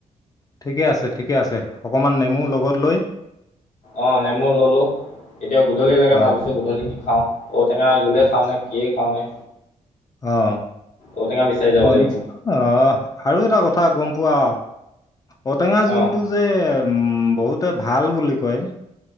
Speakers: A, on the left; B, on the left.
A: ঠিকে আছে ঠিকে আছে অকনমান নেমু লগত লৈ
B: অ নেমু ললো, এতিয়া গধূলি লাগে
A: অ
B: ভাবিছো গধূলি কি খাওঁ? ঔটেঙাৰ জোলে খাওঁনে কিয়ে খাওঁ নে?
A: অ
B: ঔটেঙা বিচাৰি যাব
A: অ
B: লাগিব
A: অ আৰু এটা কথা গম পোৱা। ঔটেঙা জোলটো
B: অঁ
A: যে উম বহুতে ভাল বুলি কয়।